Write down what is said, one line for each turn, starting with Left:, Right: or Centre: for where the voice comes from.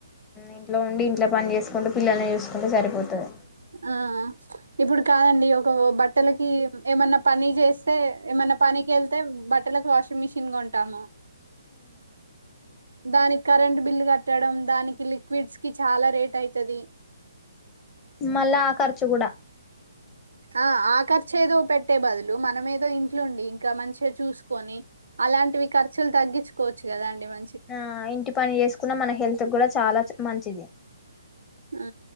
Left: ఇంట్లో ఉండి ఇంట్లో పని చేసుకుంటే పిల్లల్ని చూసుకుంటే సరిపోతుంది
Right: ఆ ఇప్పుడు కాదండి ఒక బట్టలకి ఏమన్నా పని చేస్తే ఏమన్నా పనికెళ్తే బట్టలకి వాషింగ్ మిషిన్ కొంటాము దానికి కరెంట్ బిల్లు కట్టడం దానికి లిక్విడ్స్ కి చాలా రేట్ అవుయిది
Left: మళ్ళ ఆ ఖర్చు కూడా
Right: ఆ ఆ ఖర్చు ఏదో పెట్టే బదులు మనమేదో ఇంట్లో ఉండి ఇంకా మంచిగా చూసుకొని అలాంటివి ఖర్చులు తగ్గించుకోవచ్చు కదా అండి మ
Left: ఆ ఇంటి పని చేసుకున్న మన హెల్త్ కూడా చాలా మంచిది
Right: ఆ